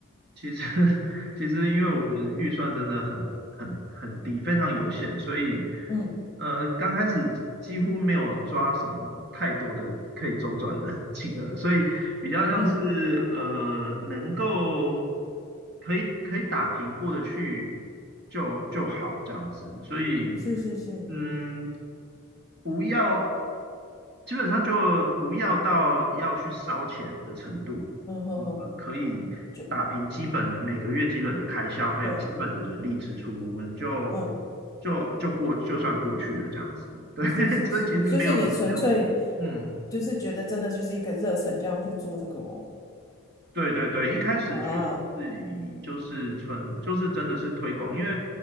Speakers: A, on the right; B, on the left.
A: 其实，<laughs> 其实因为我的预算真的很很很低，非常有限，所以
B: 嗯
A: 呃，刚开始几乎没有抓什么太多的可以周转的 <laughs> 金额，所以比较像是呃，
B: 嗯，
A: 能够可以可以打平过得去就就好这样子，所以
B: 是是是，
A: 嗯，不要基本上就不要到要去烧钱的程度。
B: 嗯哼哼，
A: 呃，可以打平基本的每个月基本的开销，
B: 就
A: 还有基本的人力支出，
B: 对，
A: 我们就
B: 嗯，
A: 就就过就算过去了这样子。对，
B: 是是是，
A: <laughs> 所以其实没有没有什么，
B: 就是你纯粹
A: 嗯，
B: 就是觉得真的就是一个热忱这样去做这个哦，
A: 对对对，一开始确实是以就是纯就是真的是推广，
B: 哇，
A: 因为